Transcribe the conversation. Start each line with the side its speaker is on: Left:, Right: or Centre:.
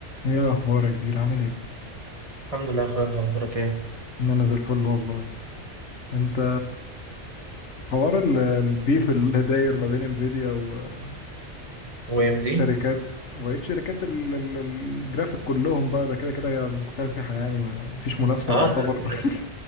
Left: ايه الاخبار يا كبير عامل ايه
Right: الحمد لله يا اخويا انت اخبارك ايه
Left: إن انا زي الفل والله انت حوار ال- البيف اللي داير ما بين انفيديا و-
Right: هو
Left: وبقيه
Right: ام دي
Left: شركات وبقيه شركات ال- ال- الجرافيك كلهم بقى ده كده كده هي مكتسحه يعني ما فيش منافسه
Right: اه
Left: تعتبر
Right: د-
Left: <laughs>
Right: س-